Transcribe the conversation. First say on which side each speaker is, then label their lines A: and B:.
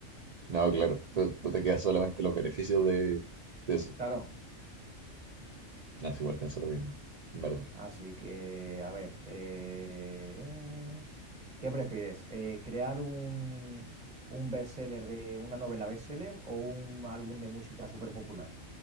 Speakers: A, on the right; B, on the right.
A: No, claro, tú, tú te quedas solamente los beneficios de, de eso.
B: Claro.
A: No, sí, igual pienso lo mismo, en verdad.
B: Así que, a ver, eh, ¿qué prefieres? Eh, ¿crear un, un bestseller de una novela bestseller o un álbum de música súper popular?